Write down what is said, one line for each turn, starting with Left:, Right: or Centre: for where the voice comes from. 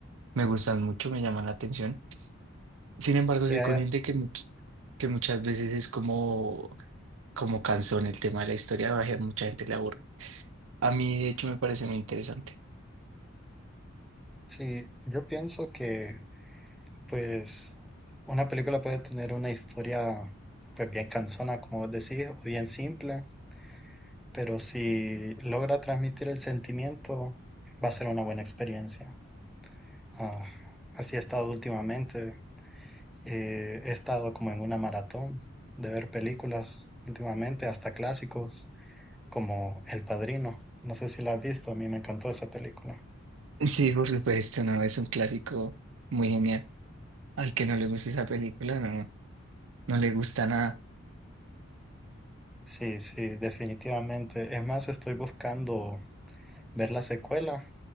Right: Me gustan mucho, me llaman la atención. Sin embargo,
Centre: Ya,
Right: soy consciente
Centre: ya.
Right: que, much- que muchas veces es como, como cansón el tema de la historia, a mucha gente le aburre. A mí, de hecho, me parece muy interesante.
Centre: Sí, yo pienso que pues una película puede tener una historia pues bien cansona, como vos decís, o bien simple, pero si logra transmitir el sentimiento, va a ser una buena experiencia. Ah, así he estado últimamente. eh, he estado como en una maratón de ver películas últimamente, hasta clásicos. como El Padrino. No sé si la has visto, a mí me encantó esa película.
Right: Sí, por supuesto, no, es un clásico muy genial. Al que no le gusta esa película, no, no le gusta nada.
Centre: Sí, sí, definitivamente. Es más, estoy buscando ver la secuela,